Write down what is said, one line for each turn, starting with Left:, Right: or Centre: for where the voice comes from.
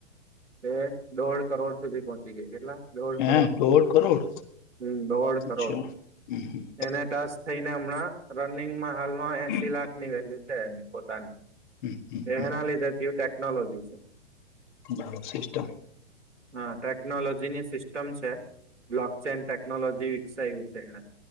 Right: એ દોઢ કરોડ સુધી પહોંચી ગઈ, કેટલા? દોઢ
Left: હે
Right: કરોડ
Left: દોઢ કરોડ
Right: હમ્મ દોઢ
Left: અચ્છા
Right: કરોડ
Left: હમ હમ.
Right: એને ટાચ થઈને હમણાં રનિંગમાં હાલમાં એસી
Left: હમ,
Right: લાખની વેલ્યુ છે એની પોતાની.
Left: હમ, હમ, હમ.
Right: એના લીધેથી ટેકનોલોજી છે.
Left: બરાબર સિસ્ટમ
Right: હા ટેકનોલોજીની સિસ્ટમ છે બ્લોક ચેઇન ટેકનોલોજી વિકસાયું છે એને